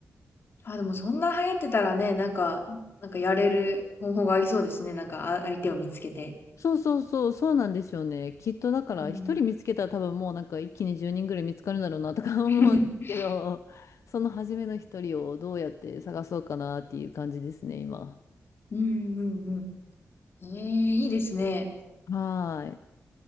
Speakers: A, on the left; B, on the left.
A: <laughs> あ、でもそんな流行ってたらね、なんか、なんかやれる方法がありそうですね。なんか、あ、相手を見つけて。
B: そうそうそう、そうなんですよね。きっとだから一人見つけたら多分もうなんか一気に10人ぐらい見つかるんだろうなとか
A: うん。
B: <laughs> 思うんですけど、
A: <laughs>
B: その初めの一人をどうやって探そうかなっていう感じですね、今。
A: うんうんうん。ええ、いいですね。
B: はーい。